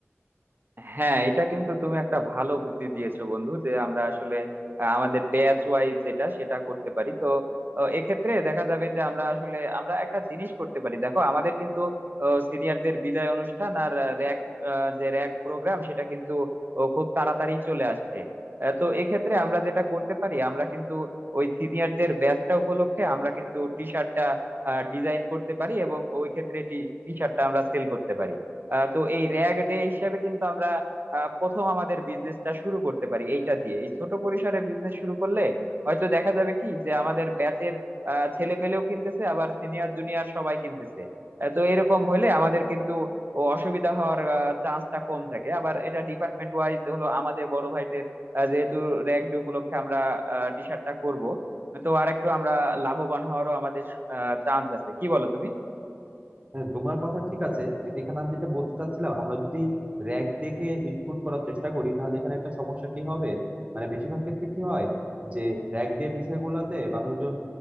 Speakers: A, on the right; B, on the right.
A: হ্যাঁ এটা কিন্তু তুমি একটা ভালো বুদ্ধি দিয়েছো বন্ধু যে আমরা আসলে আহ, আমাদের ব্যাচ ওয়াইজ যেটা সেটা করতে পারি তো আহ, এক্ষেত্রে দেখা যাবে যে আমরা আসলে আমরা একটা জিনিস করতে পারি দেখো আমাদের কিন্তু সিনিয়রদের বিদায় অনুষ্ঠান আর র‍্যাগ যে র‍্যাগ প্রোগ্রাম সেটা কিন্তু ও, খুব তাড়াতাড়ি চলে আসছে আহ, তো এক্ষেত্রে আমরা যেটা করতে পারি আমরা কিন্তু ওই সিনিয়রদের ব্যাচটা উপলক্ষে আমরা কিন্তু টি শার্টটা ডিজাইন করতে পারি এবং ওই ক্ষেত্রে টি শার্টটা আমরা সেল করতে পারি আহ, তো এই র্যাগ ডে হিসাবে কিন্তু আমরা আহ, প্রথম আমাদের বিজনেসটা শুরু করতে পারি এইটা দিয়ে এই ছোট পরিসরে বিজনেস শুরু করলে হয়তো দেখা যাবে কি যে আমাদের ব্যাচের ছেলে পেলেও কিনতেছে আবার সিনিয়র জুনিয়র সবাই কিনতেছে আহ, তো এরকম হলে আমাদের কিন্তু ও অসুবিধা হওয়ার চান্সটা কম থাকে আবার এটা ডিপার্টমেন্ট ওয়াইজ হলো আমাদের বড় ভাইদের আহ, যেহেতু র্যাগ ডে উপলক্ষে আমরা টি শার্টটা করব তো আরেকটু আমরা লাভবান হওয়ারও আমাদের চান্স আছে কি বলো তুমি
B: হ্যাঁ, তোমার কথা ঠিক আছে কিন্তু এখানে আমি যেটা বলতে চাচ্ছিলাম আমরা যদি র্যাক দেখে ইনপুট করার চেষ্টা করি তাহলে এখানে একটা সমস্যা কি হবে মানে বেশিরভাগ ক্ষেত্রে কি হয় যে র্যাক দের বিষয়গুলোতে মানুষজন